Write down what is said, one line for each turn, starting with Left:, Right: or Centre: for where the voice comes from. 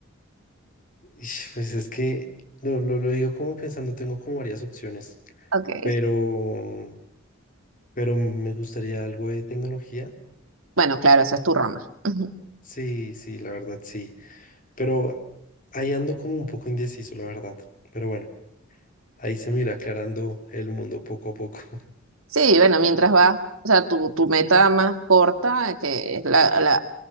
Left: ish, pues es que lo, lo, lo digo como pensando, tengo como varias opciones,
Right: Ok,
Left: pero, pero me gustaría algo de tecnología.
Right: bueno, claro, esa es tu rama. <laughs>
Left: Sí, sí, la verdad sí, pero ahí ando como un poco indeciso, la verdad, pero bueno. Ahí se me irá aclarando el mundo poco a poco. <laughs>
Right: Sí, bueno, mientras va, o sea, tu, tu meta más corta, que es la, la-